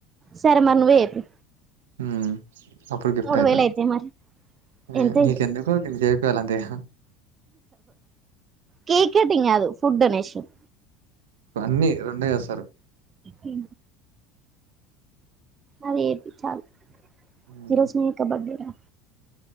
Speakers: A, on the right (about 30°); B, on the right (about 75°).
A: సరే మరి నువ్వే ఎ.
B: ఉ అప్పుడు గిఫ్ట్
A: మూడు
B: అవుతది.
A: వేలు అయితాయి మరి
B: అ
A: ఎంత
B: నీకెందుకు నీకు చేపియ్యలంతేగా.
A: కేక్ కటింగ్ కాదు ఫుడ్ డొనేషన్.
B: స ఫన్ని రెండో చేస్తారు.
A: హ. అరే ఏది చాలు
B: ఉమ్,
A: ఈ రోజు మీ కబడ్డీ రా.